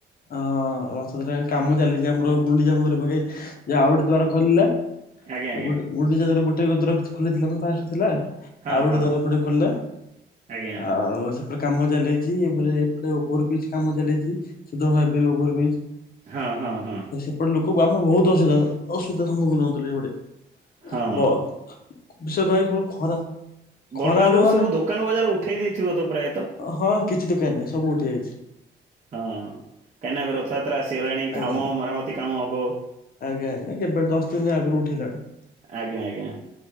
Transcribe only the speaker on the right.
ଆଜ୍ଞା ଆଜ୍ଞା
ହଁ
ହଁ।
ଆଜ୍ଞା
ହଁ ହଁ ହଁ
ହଁ
ବଡ଼ଦାଣ୍ଡରୁ
ସବୁ ଦୋକାନ ବଜାର ଉଠେଇ ଦେଇଥିବ ତ ପ୍ରାୟତଃ।
ହଁ କାହିଁକିନା ଏବେ ରଥଯାତ୍ରା ଆସିଗଲାଣି
କାମ ମରାମତି କାମ ହବ।
ଆଜ୍ଞା ଆଜ୍ଞା